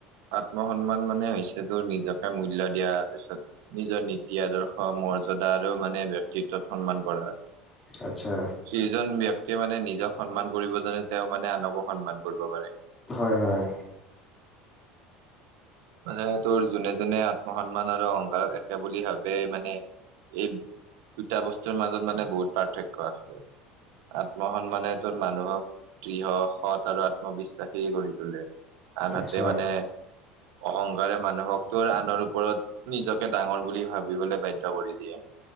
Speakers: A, on the right; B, on the left.
A: আত্ম সন্মান মানে হৈছে তোৰ নিজকে মূল্য দিয়াৰ পিছত নিজৰ নি দ আাদৰ্শ মৰ্যদা আৰু মানে ব্যক্তিত্বত সন্মান কৰা।
B: আচ্ছা
A: চিজজন এক মানে নিজক সন্মান কৰিব জাননে তেওঁ মানে আনকো সন্মান কৰিব পাৰে।
B: হয় হয়।
A: মানে তোৰ যোনে যোনে আত্ম সন্মান আৰু অহংকাৰক একে বুলি ভাবেই মানে। এই দুটা বস্তুৰ মাজত মানে বহুত পাৰ্থক্য আছে। আত্ম সন্মানে ত মানুহক দৃঢ় সৎ আৰু আত্মবিশ্বাসী কৰি তোলে। আনহাতে
B: আচ্ছা
A: মানে। অহংকাৰে মানুহক তোৰ আনৰ ওপৰত নিজকে ডাঙৰ বুলি ভাবিবলৈ বাধ্য কৰি দিয়ে।